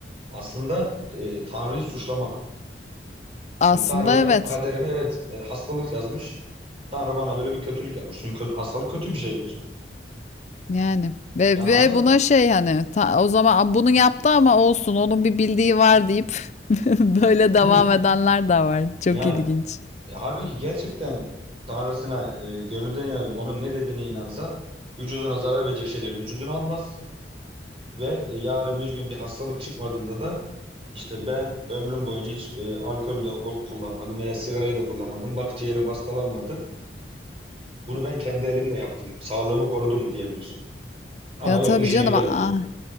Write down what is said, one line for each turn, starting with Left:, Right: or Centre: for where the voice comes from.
Right: aslında e, Tanrı'yı suçlamak.
Left: Aslında
Right: Yani Tanrı benim
Left: evet.
Right: kaderime evet e, hastalık yazmış. Tanrı bana böyle bir kötülük yapmış. Çünkü kötü, hastalık kötü bir şeydir.
Left: Yani ve
Right: Yani
Left: ve
Right: aslında
Left: buna şey hani ta- o zaman bunu yaptı ama olsun onun bir bildiği var deyip <laughs> böyle devam
Right: hı,
Left: edenler de var. Çok
Right: yani.
Left: ilginç.
Right: E, halbuki gerçekten Tanrısına e, gönülden inanıp onun ne dediğine inansa vücuduna zarar verecek şeyleri vücuduna almaz ve e, yarın bir gün bir hastalık çıkmadığında da işte ben ömrüm boyunca hiç e, alkol de o- kullanmadım veya sigarayı da kullanmadım. Bak ciğerim hastalanmadı. Bunu ben kendi elimle yaptım. Sağlığımı korudum diyebilir. Ama
Left: Ya
Right: yok
Left: tabii
Right: işine
Left: canım.
Right: gelmiyor.
Left: Ah,